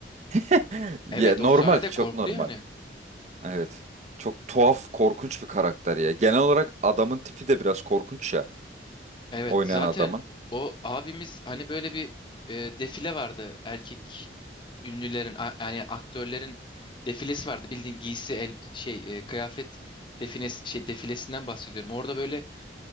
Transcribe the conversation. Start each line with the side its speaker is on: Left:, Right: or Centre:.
Right: <laughs> Ya
Left: Evet
Right: normal,
Left: o sahnede
Right: çok
Left: korktu
Right: normal.
Left: yani.
Right: Evet. Çok tuhaf, korkunç bir karakter ya. Genel olarak adamın tipi de biraz korkunç ya.
Left: Evet
Right: oynayan
Left: zaten
Right: adamın.
Left: o abimiz hani böyle bir e, defile vardı. Erkek ünlülerin a- yani aktörlerin defilesi vardı. Bildiğin giysi el şey e, kıyafet defines şey defilesinden bahsediyorum. Orada böyle